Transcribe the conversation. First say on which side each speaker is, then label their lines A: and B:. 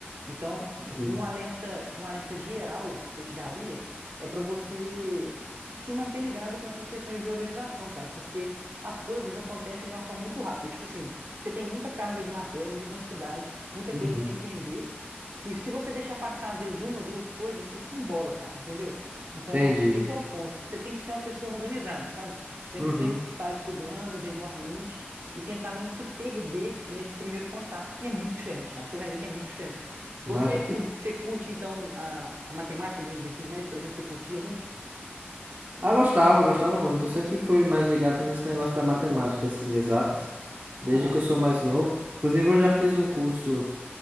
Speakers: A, on the right; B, on the right.
A: Então,
B: uhum.
A: um alerta, um alerta geral que eu te daria é para você se manter ligado com essas questões de organização, cara, porque as coisas acontecem de uma forma muito rápida. Tipo assim, você tem muita carga de matéria, muita densidade, muita
B: Uhum.
A: coisa para você entender, que se você deixar passar, às vezes, uma, duas coisas, você se embola, cara, entendeu? Então,
B: Entendi.
A: esse é o ponto. Você tem que ser uma pessoa organizada, sabe? Tem
B: Uhum.
A: que sempre estar estudando regularmente e tentar não se perder nesse primeiro contato, que é muito diferente, cara. Você vai ver que é muito diferente.
B: Imagem.
A: Você curte,
B: E,
A: você curte então, a, a matemática do, do ensino médio, por exemplo, você curtia muito?
B: ah, gostava, gostava muito. Eu sempre fui mais ligado nesse negócio da matemática, assim, de exatas, desde
A: Aham.
B: que eu sou mais novo. Inclusive, eu já fiz um curso,